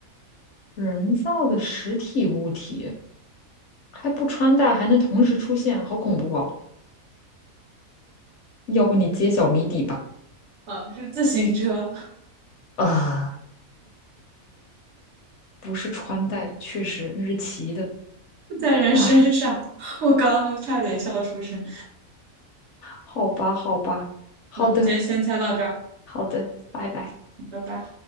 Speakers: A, on the left; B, on the right.
A: 人造的实体物体还不穿戴，还能同时出现，好恐怖哦！要不你揭晓谜底吧？
B: 啊，是自行车
A: 啊、不是穿戴，确实那是骑的。
B: 在人身上，
A: 哎，
B: 我刚刚都差点笑出声。
A: 好吧，好吧，好的，
B: 那我们今天先猜到这儿，
A: 好的，拜拜。
B: 拜拜。